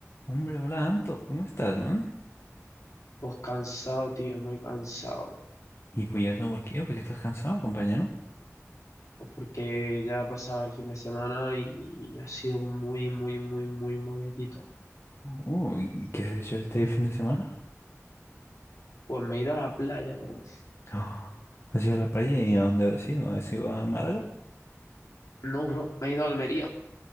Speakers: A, on the left (about 55°); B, on the left (about 80°).
A: Hombre, hola Anto, ¿cómo estás, man?
B: Pues cansado, tío, muy cansado.
A: ¿Y pues eso por qué? ¿Porque estás cansado, compañero?
B: Pues porque ya ha pasado el fin de semana y ha sido muy, muy, muy, muy movidito.
A: Uy, ¿qué has hecho este fin de semana?
B: Pues me he ido a la playa, bro.
A: Ah, ¿has ido a la playa y a dónde has ido? ¿Has ido a Málaga?
B: No, bro, me he ido a Almería.